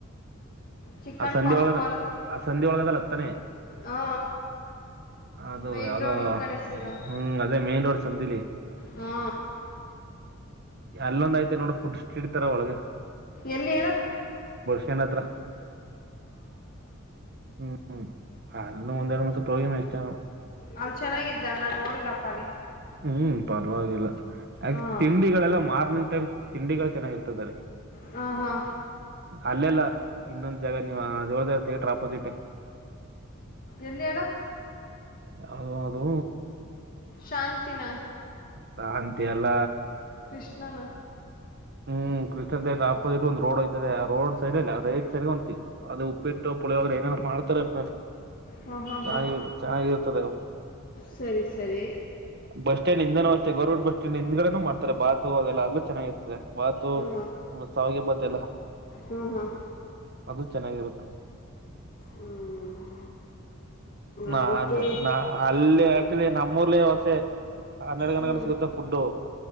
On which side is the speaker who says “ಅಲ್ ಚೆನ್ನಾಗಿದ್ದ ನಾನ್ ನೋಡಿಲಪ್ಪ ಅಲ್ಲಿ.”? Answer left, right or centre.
Left